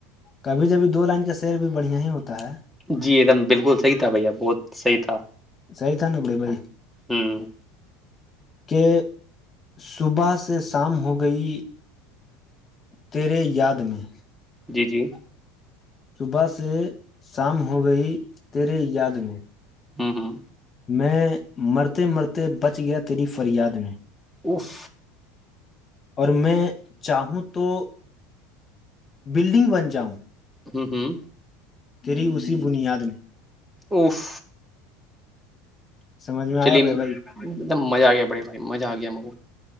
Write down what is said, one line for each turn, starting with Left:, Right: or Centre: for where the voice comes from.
Left: کبھی جبھی دو لائن کا سیر بھی بڑھیا ہی ہوتا ہے
Centre: جی ایک دم بالکل صحیح تھا بھیا بہت صحیح تھا
Left: سہی تھا نا بھڈے بھائی
Centre: ہ
Left: کہ صبح سے شام ہو گئی تیرے یاد میں
Centre: جی جی
Left: صبح سے شام ہو گئی تیرے یاد میں
Centre: ہوں ہوں
Left: میں مرتے مرتے بچ گیا تیری فریاد میں
Centre: اف
Left: اور میں چاہوں تو بلڈنگ بن جاؤں
Centre: ہوں ہوں
Left: تیری اسی بنیاد میں
Centre: اف
Left: سمجھ میں آیا
Centre: چلیے
Left: بھڑے بھائی
Centre: ایک دم مزہ آ گیا بڑے بھائی مزہ آ گیا م کو